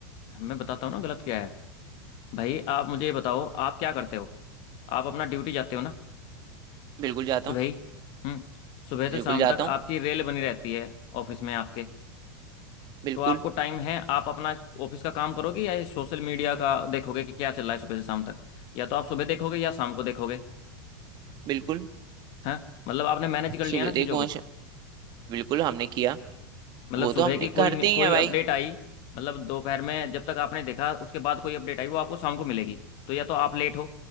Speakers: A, on the left (about 50°); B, on the right (about 40°).
A: मैं बताता हूँ ना गलत क्या है भाई आप मुझे ये बताओ आप क्या करते हो आप अपना ड्यूटी जाते हो ना
B: बिल्कुल जाता
A: सुबह
B: हूँ
A: ही हम्म सुबह से
B: बिल्कुल
A: शाम
B: जाता
A: तक
B: हूँ
A: आपकी रेल बनी रहती है ऑफिस में आपके
B: बिल्कुल
A: तो आपको टाइम है आप अपना ऑफिस का काम करोगे या सोशल मीडिया का देखोगे कि क्या चल रहा है सुबह से शाम तक या तो आप सुबह देखोगे या शाम को देखोगे
B: बिल्कुल
A: हाँ मतलब आपने मैनेज कर लिया
B: सुबह
A: ना चीज़ों
B: देखो
A: को
B: अच्छा, बिल्कुल हमने किया
A: मतलब
B: वो
A: सुबह
B: तो हमने
A: की
B: करते
A: कोई
B: ही
A: कोई
B: है भाई
A: अपडेट आई मतलब दोपहर में जब तक आपने देखा उसके बाद कोई अपडेट आई वो आपको शाम को मिलेगी तो या तो आप लेट हो